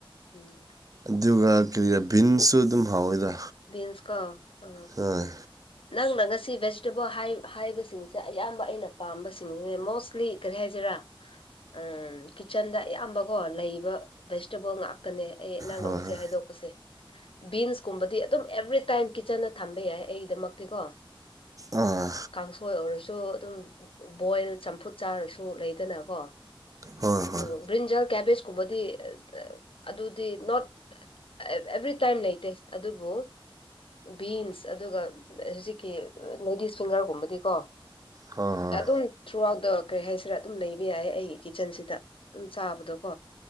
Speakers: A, on the left (about 75°); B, on the right (about 40°).
A: ꯎꯝ
B: ꯑꯗꯨꯒ ꯀꯔꯤꯔꯥ ꯚꯤꯟꯁꯁꯨ ꯑꯗꯨꯝ ꯍꯥꯎꯋꯦꯗ
A: ꯕꯤꯟꯁ ꯀꯣ ꯑ
B: ꯍꯣꯏ
A: ꯅꯪꯅ ꯉꯁꯤ ꯚꯦꯖꯤꯇꯦꯕꯜ ꯍꯥꯏ ꯍꯥꯏꯕꯁꯤꯡꯁꯦ ꯑꯌꯥꯝꯕ ꯑꯩꯅ ꯄꯥꯝꯕꯁꯤꯡꯅꯦ ꯃꯣꯁꯂꯤ ꯀꯔꯤ ꯍꯥꯏꯁꯤꯔꯥ ꯎ ꯀꯤꯠꯆꯟꯗ ꯑꯌꯥꯝꯕꯀꯣ ꯂꯩꯕ ꯚꯦꯖꯤꯇꯦꯕꯜ ꯉꯥꯛ ꯇꯅꯦ ꯑꯩ ꯅꯪꯅ
B: ꯍꯣꯏ
A: ꯍꯧꯖꯤꯛ
B: ꯍꯣꯏ
A: ꯍꯥꯏꯗꯣꯛꯄꯁꯦ ꯕꯤꯟꯁ ꯀꯨꯝꯕꯗꯤ ꯑꯗꯨꯝ ꯑꯦꯕ꯭ꯔꯤ ꯇꯥꯏꯝ ꯀꯤꯠꯆꯟꯗ ꯊꯝꯕ ꯌꯥꯏ ꯑꯩꯗꯃꯛꯇꯤꯀꯣ꯫
B: ꯑꯥ꯫
A: ꯀꯥꯡꯁꯣꯏ ꯑꯣꯏꯔꯁꯨ ꯑꯗꯨꯝ ꯕꯣꯏꯜ ꯆꯝꯐꯨꯠ ꯆꯥꯔꯁ ꯇꯨ ꯂ‌ꯩꯗꯅꯀꯣ
B: ꯍꯣꯏ
A: ꯑꯗꯨ꯫
B: ꯍꯣꯏ
A: ꯕ꯭ꯔꯤꯟꯖꯜ ꯀꯦꯕꯦꯖꯀꯨꯝꯕꯗꯤ ꯑ ꯑꯗꯨꯗꯤ ꯅꯣꯠ꯫ ꯑꯦꯚ꯭ꯔꯤ ꯇꯥꯏꯝ ꯂꯩꯇꯦ ꯑꯗꯨꯕꯨ ꯕꯤꯟꯁ ꯑꯗꯨꯒ ꯍꯧꯖꯤꯛꯀꯤ ꯂꯦꯗꯤꯁ ꯐꯤꯡꯒꯔꯒꯨꯝꯕꯗꯤꯀꯣ
B: ꯍꯣꯏ ꯍꯣꯏ
A: ꯑꯗꯨꯝ꯫ ꯊ꯭ꯔꯨ ꯑꯥꯎꯠ ꯗ ꯀꯔꯤ ꯍꯥꯏꯁꯤꯔꯥ ꯑꯗꯨꯝ ꯂꯩꯕ ꯌꯥꯏ ꯑꯩꯒꯤ ꯀꯤꯆꯟꯁꯤꯗ ꯑꯗꯨꯝ ꯆꯥꯕꯗꯣꯀꯣ